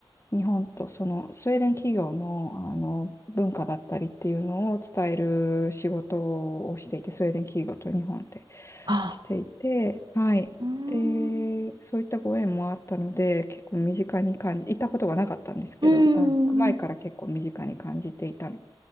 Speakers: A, on the left (about 30°); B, on the right (about 55°).
A: 日本とそのスウェーデン企業の、あの文化だったりっていうのを伝える仕事をしていて、スウェーデン企業と日本で
B: あ、
A: していて、はい。
B: うーん、
A: で、
B: う
A: そういったご縁もあったので、結構身近に感じ、行ったことがなかったんですけど、
B: ーん。
A: あ、行く前から結構身近に感じていたの